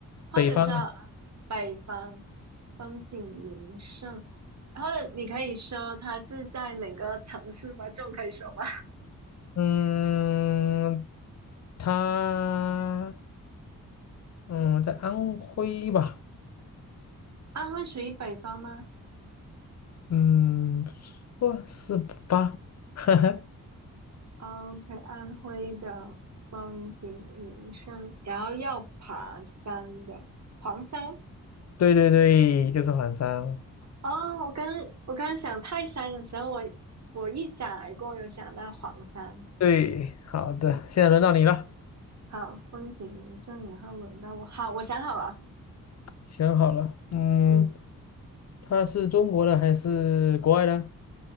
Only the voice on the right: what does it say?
或者说
北方风景名胜，或者你可以说它是在哪个城市吗？这种可以说吗？
<laughs> 安徽属于北方吗
？OK，安徽的风景名胜，然后要爬山的黄山。
哦，我刚我刚想泰山的时候，我我一闪而过，有想到黄山。
好，风景名胜，然后轮到我。好，我想好了，
嗯，